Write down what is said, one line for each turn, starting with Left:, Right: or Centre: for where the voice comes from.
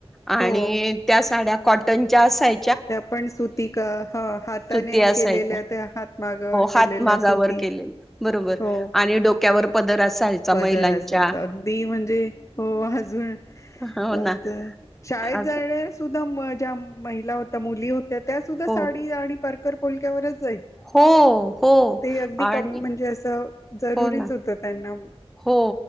Centre: आणि
Left: हो
Centre: त्या साड्या कॉटनच्या असाय
Left: त्या पण सुती का ह हाताने
Centre: ती असायच्या
Left: केलेल्या त्या हातमागावर
Centre: हातगवर
Left: केलेल्या सुती
Centre: बरोबर
Left: हो
Centre: आणि डोक्यावर पदर असायचा महिलांच्या.
Left: दर असायच अदी म्हणजे हो अजून
Centre: हो
Left: अ
Centre: ना
Left: तर शाळेत
Centre: असं
Left: जाण्या सुद्धा ज्या महिला होत्या मुली होत्या त्या सुद्धा
Centre: हो,
Left: साडी आणि परकर पोलक्यावरच
Centre: हो, हो
Left: ते अगदी
Centre: आणि
Left: क म्हणजे अस जरुरीच
Centre: हो ना
Left: होतं त्यांना
Centre: हो